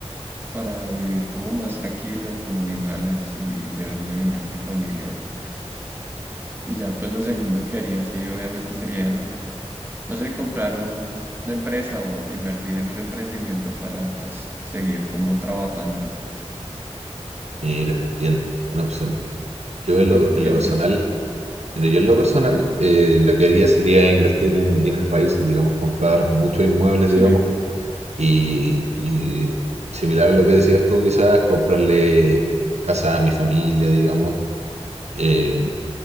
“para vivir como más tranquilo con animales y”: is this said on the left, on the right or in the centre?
Right